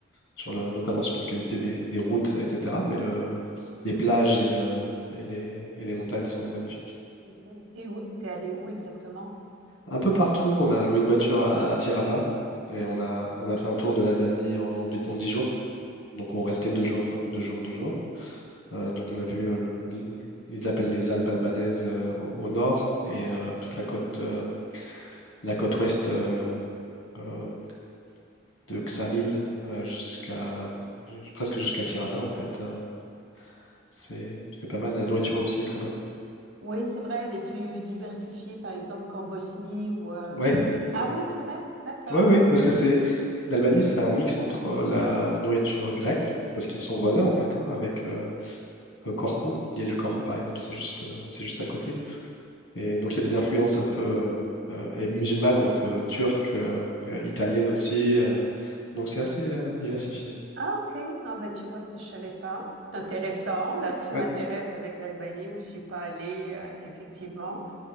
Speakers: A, on the left (about 85°); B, on the right (about 60°).
A: sur le, notamment sur la qualité des, des routes, etc. Mais le, les plages et, le, et, les, et les montagnes sont magnifiques.
B: Mhm. et où, t'es allé où exactement?
A: Un peu partout, on a loué une voiture à, à Tirana et on a, on a fait un tour de l'Albanie en, en 10 jours. Donc, on restait deux jours, euh, deux jours, deux jours. Euh, donc on a vu, euh, le- le- ils appellent les Alpes albanaises euh, au, au nord et euh, toute la côte, euh, la côte ouest euh, euh, de Ksamil euh, jusqu'à ju- presque jusqu'à Tirana en fait. Euh, c'est c'est pas mal. La nourriture aussi est très bonne.
B: Oui, c'est vrai, les plus diversifiés, par exemple, qu'en Bosnie ou... euh,
A: Ouais, c'est
B: Ah
A: vrai.
B: oui, c'est vrai, d'accord.
A: Ouais, oui, parce que c'est l'Albanie, c'est un mix entre euh, la nourriture grecque parce qu'ils sont voisins en fait hein, avec euh, euh, Corfou, l'île de Corfou par exemple, c'est juste euh, c'est juste à côté. Et donc, il y a des influences un peu euh, musulmanes, donc euh, turques, euh, euh, italiennes aussi. euh, donc, c'est assez euh, diversifié.
B: Ah ok, ah bah tu vois, ça je savais pas. C'est intéressant, là tu
A: Ouais.
B: m'intéresses avec l'Albanie où je suis pas allée, euh, effectivement.